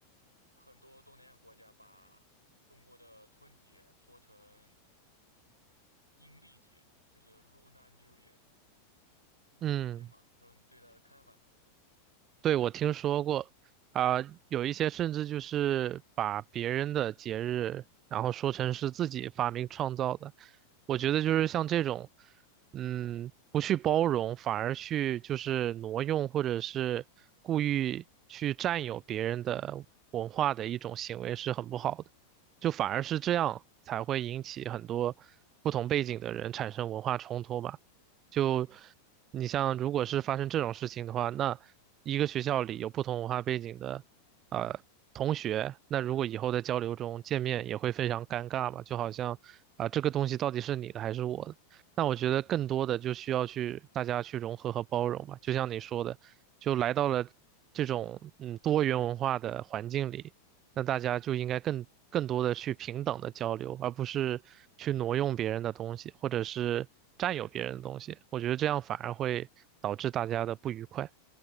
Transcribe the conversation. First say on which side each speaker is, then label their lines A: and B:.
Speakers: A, on the right; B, on the right.
A: 很多东南亚国家把中国的春节说成阴历节，就是 Lunar New Year，你知道这些吗？
B: 嗯。
A: 然后你对它的看法呢？
B: 对，我听说过，啊、有一些甚至就是把别人的节日，然后说成是自己发明创造的。我觉得就是像这种，嗯，不去包容，反而去就是挪用或者是故意去占有别人的文化的一种行为是很不好的。就反而是这样才会引起很多不同背景的人产生文化冲突吧。就
A: 嗯
B: 你像，如果是发生这种事情的话，那一个学校里有不同文化背景的呃同学，那如果以后在交流中见面也会非常尴尬嘛，就好像啊、这个东西到底是你的还是我的？那我觉得更多的就需要去大家去融合和包容嘛，就像你说的，就来到了这种嗯多元文化的环境里。那大家就应该更更多的去平等的交流，而不是去挪用别人的东西，或者是占有别人的东西。我觉得这样反而会导致大家的不愉快。